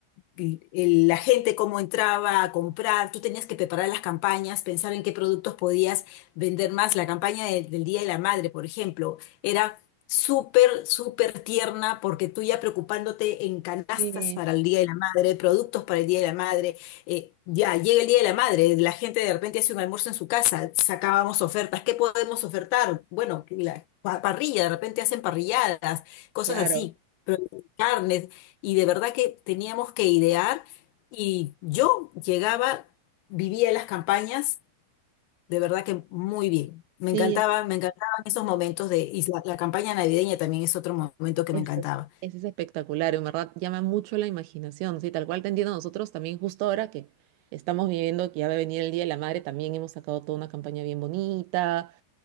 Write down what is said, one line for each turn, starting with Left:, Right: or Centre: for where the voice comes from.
Left: el- el- la gente cómo entraba a comprar, tú tenías que preparar las campañas, pensar en qué productos podías vender más. La campaña de- del Día de la Madre, por ejemplo, era súper, súper tierna porque tú ya preocupándote en canastas
Right: Sí,
Left: para el Día de la Madre, productos para el Día de la Madre, eh, ya llega el Día de la Madre, la gente de repente hace un almuerzo en su casa, sacábamos ofertas, ¿qué podemos ofertar? Bueno, la pa- parrilla, de repente hacen parrilladas, cosas
Right: claro.
Left: así. pero carnes. Y de verdad que teníamos que idear y yo llegaba, vivía en las campañas, de verdad que muy bien. Me
Right: Sí,
Left: encantaba, me encantaban esos momentos de, y la, la campaña navideña también es otro momento que
Right: eso
Left: me encantaba.
Right: es, eso es espectacular, en verdad llama mucho la imaginación, sí, tal cual te entiendo nosotros también justo ahora que estamos viviendo que ya va a venir el Día de la Madre, también hemos sacado toda una campaña bien bonita,